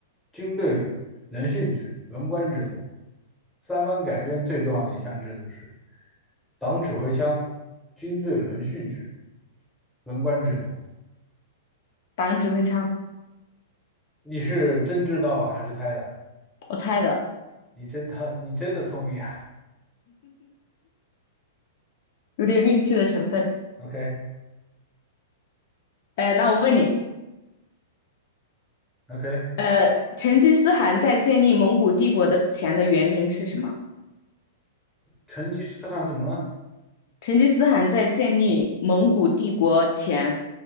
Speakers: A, in the centre; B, on the left.
A: 军队轮训制、文官制度。三藩改编最重要的一项制度是党指挥枪、军队轮训制、文官制度。
B: 打个指挥枪，
A: 你是真知道还是猜的？
B: 我猜的，
A: 你真的你真的聪明啊
B: 有点运气的成分。
A: ！OK
B: 呃，那我问你，
A: OK，
B: 呃，成吉思汗在建立蒙古帝国的前的原名是什么？
A: 成吉思汗怎么了？
B: 成吉思汗在建立蒙古帝国前，